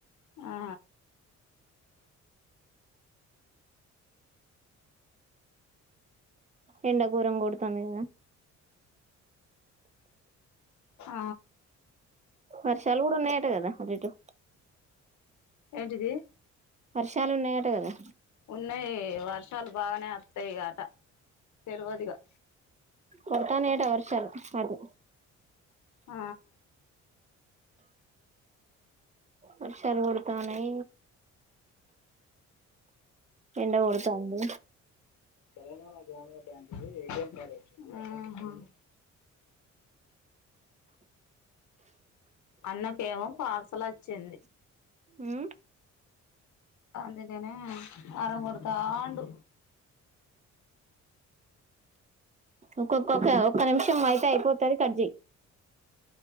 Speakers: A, on the left; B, on the right.
A: ఆ
B: ఎండ గోరం కొడతాంది కదా
A: ఆ
B: వర్షాలు కూడా ఉన్నాయట కదా అటుఇటు
A: ఏంటిది
B: వర్షాలు ఉన్నాయట కదా
A: ఉన్నాయి వార్ష చాలా బాగానే వత్తాయి గట తెలియదిగా
B: కురుతనైయట్ట వర్షాలు అటు
A: ఆ
B: వర్షారులు కోడు తానై ఎండ కొడతంది
A: తెలంగాణకి <unintelligible> ఆహా అన్నాకేమో పార్సల్ వచ్చింది
B: హు
A: అంతకనే అర కొడతాండూ
B: ఒక్కొక్కొక్క ఒక్క ఒక నిమిషం అయితే అయిపోతది కట్ చెయ్.